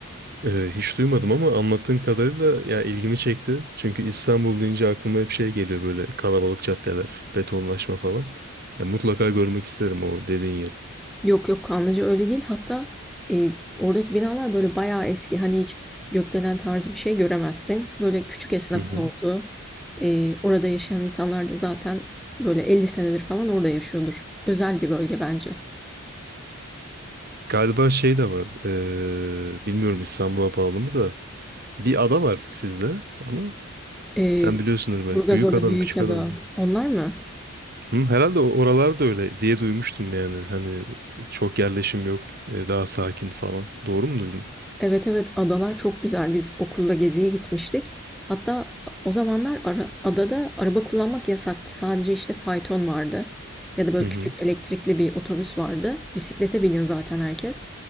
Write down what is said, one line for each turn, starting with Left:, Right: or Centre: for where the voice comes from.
Right: Ee, hiç duymadım ama anlattığın kadarıyla ya ilgimi çekti. Çünkü İstanbul deyince aklıma hep şey geliyor böyle kalabalık caddeler, betonlaşma falan. Ya mutlaka görmek isterim o dediğin yeri.
Centre: Yok yok Kanlıca öyle değil. Hatta e, oradaki binalar böyle bayağı eski. Hani hiç gökdelen tarzı bir şey göremezsin. Böyle küçük esnafın
Right: Hı hı.
Centre: olduğu. e, orada yaşayan insanlar da zaten böyle 50 senedir falan orada yaşıyordur. Özel bir bölge bence.
Right: Galiba şey de var. eee, bilmiyorum İstanbul'a bağlı mı da. Bir ada var sizde ama
Centre: E,
Right: sen biliyorsundur belki.
Centre: Burgaz
Right: Büyük
Centre: Ada,
Right: adam
Centre: Büyükada
Right: mı küçük adam mı?
Centre: onlar mı?
Right: Hı, herhalde o- oralar da öyle diye duymuştum yani. Hani çok yerleşim yok. e, daha sakin falan. Doğru mu duydum?
Centre: Evet evet adalar çok güzel. Biz okulda geziye gitmiştik. Hatta o zamanlar ara- adada araba kullanmak yasaktı. Sadece işte fayton vardı. Ya da böyle
Right: Hı hı.
Centre: küçük elektrikli bir otobüs vardı. Bisiklete biniyor zaten herkes.